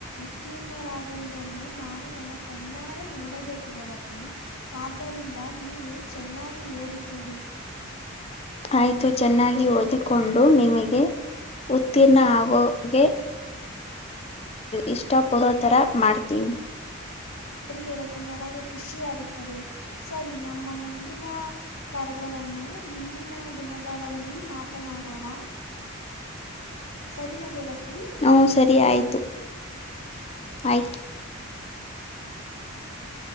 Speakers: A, on the left; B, on the left.
A: ಉತ್ತೀರ್ಣರಾಗುವುದನ್ನು ನಾನು ನನ್ನ ಕಣ್ಣ ನೋಡಬೇಕು ಗೆಳತಿ ಆದ್ದರಿಂದ ನೀವು ಚೆನ್ನಾಗಿ ಓದಿಕೊಳ್ಳಿ
B: ಆಯ್ತು ಚೆನ್ನಾಗಿ ಓದಿಕೊಂಡು ನಿಮಗೆ ಉತ್ತೀರ್ಣ ಆಗೋಗೆ ಇಷ್ಟ ಪಡೋ ತರ ಮಾಡ್ತೀನಿ
A: ಗೆಳತಿ ನನಗೆ ಖುಷಿ ಆಗುತ್ತದೆ ಸರಿ ನಮ್ಮ ಮುಂದಿನ ಕರೆಗಳನ್ನು ಮುಂದಿನ ದಿನಗಳಲ್ಲಿ ಮಾತನಾಡೋಣ ಸರಿನಾ ಗೆಳತಿ
B: ಹ್ಮ ಸರಿ ಆಯ್ತು ಆಯ್ತು
A: ಹ್ಮ <unintelligible>